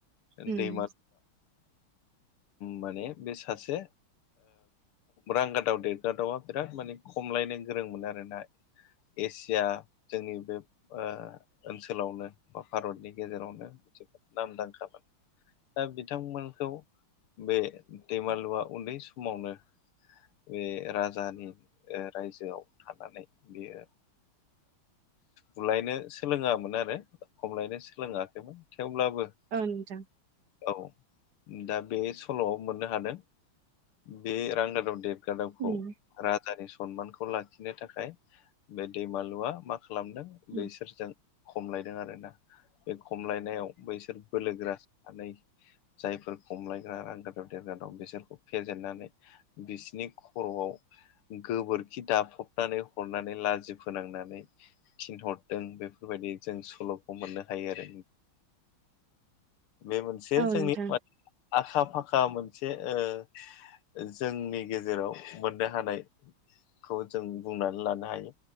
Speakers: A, on the right; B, on the left.
A: उम
B: दैमा माने बे ओ सासे रांगादाव देगादावा बिराद माने खमलायनो गोरोंमोन आरोना। एसिया जोंनि बे ओनसोलावनो बा भारतनि गेजेरावनो मोनसे नामदांखामोन दा बिथांमोनखौ बे दैमालुआ उन्दै समावनो ओ बे राजानि रायजोआव थानानै बेयो बुलायनो सोलोङामोन आरो खमलायनो सोलोङाखैमोन थेवब्लाबो ओ
A: ओ नोंथां
B: औ दा बे सल'आव मोननो हादों बे रांगादाव देगादावाबो
A: उम
B: देगादावखौ राजानि सनमानखौ लाखिनो थाखाय बे दैमालुआ मा खालामदों। बैसोरजों
A: उम
B: खमलायदों आरोना बे खमलायनायाव बैसोर बोलोगोरामोन जायफोर खमलायग्रा रांगादाव देगादाव दं बिसोरखौ फेजेननानै। बिसिनि खर'आव गोबोरखि दाफबनानै हरनानै लाजि फोनांनानै थिनहरदों बेफोरबायदि जों सल'खौ मोननो हायो आरो। बे मोनसे
A: औ
B: जोंनि
A: नोंथां
B: आखा फाखा मोनसे ओ जोंनि गेजेराव मोननो हानायखौ जों बुंनानै लानो हायो।